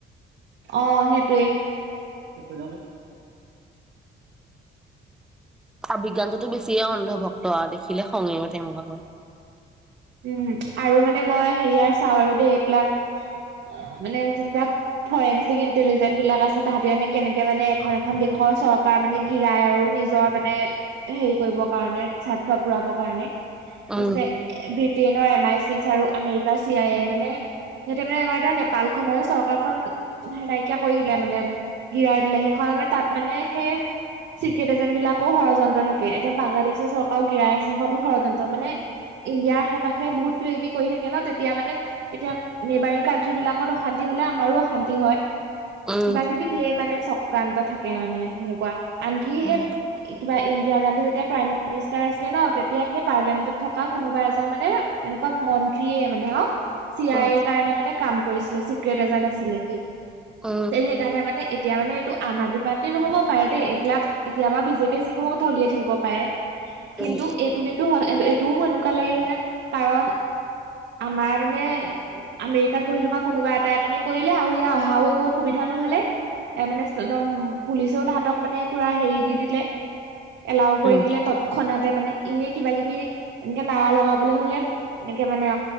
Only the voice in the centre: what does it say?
অ বিজ্ঞানজোতিতো বেছিয়ে অন্ধভক্ত দেখিলে খঙে উঠে মোৰ ভাগৰ
উম
উম
উম
উম
উম
উম
উম